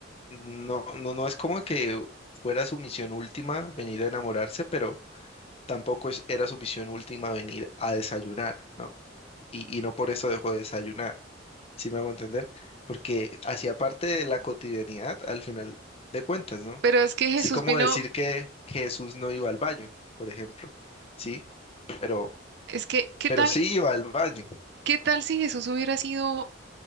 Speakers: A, on the left (about 30°); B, on the right (about 60°).
A: No, no, no es como que fuera su misión última venir a enamorarse, pero tampoco es, era su misión última venir a desayunar, ¿no? Y, y no por eso dejó de desayunar, ¿sí me hago entender? Porque hacía parte de la cotidianidad al final de cuentas, ¿no?
B: Pero es que Jesús
A: Así como
B: vino,
A: decir que, Jesús no iba al baño, por ejemplo, ¿sí? Pero,
B: es que, ¿qué
A: pero
B: tal?
A: sí iba al baño,
B: ¿Qué tal si Jesús hubiera sido